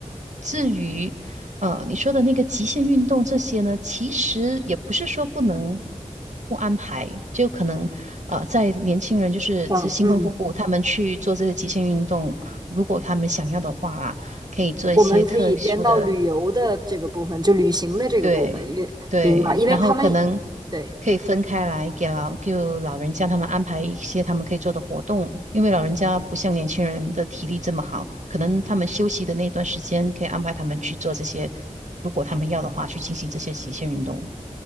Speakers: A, on the right; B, on the right.
A: 至于呃，你说的那个极限运动这些呢，其实也不是说不能不安排，就可能呃，在年轻人就是这新婚夫妇他们去做这些极限运动，
B: 嗯嗯，
A: 如果他们想要的话啦，可以做一些特殊的
B: 我们可以编到旅游的这个部分，就旅行的这个部分，
A: 对对，
B: 因为明白，因为他们
A: 然后可能
B: 对。
A: 可以分开来给老，就老人家他们安排一些他们可以做的活动，因为老人家不像年轻人的体力这么好，可能他们休息的那段时间可以安排他们去做这些，如果他们要的话，去进行这些极限运动。